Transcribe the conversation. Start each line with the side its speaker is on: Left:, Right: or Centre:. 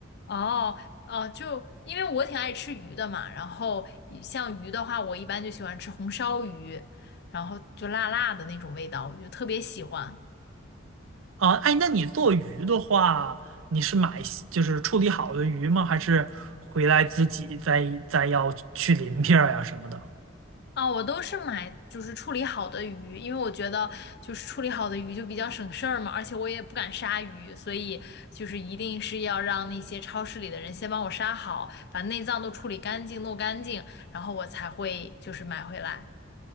Left: 哦哦，就因为我挺爱吃鱼的嘛，然后像鱼的话，我一般就喜欢吃红烧鱼，然后就辣辣的那种味道，我就特别喜欢。
Right: 啊，哎，那你做鱼的话，你是买就是处理好的鱼吗？还是回来自己再再要去鳞片儿呀什么的？
Left: 啊，我都是买就是处理好的鱼，因为我觉得就是处理好的鱼就比较省事儿嘛，而且我也不敢杀鱼，所以就是一定是要让那些超市里的人先帮我杀好，把内脏都处理干净、弄干净，然后我才会就是买回来。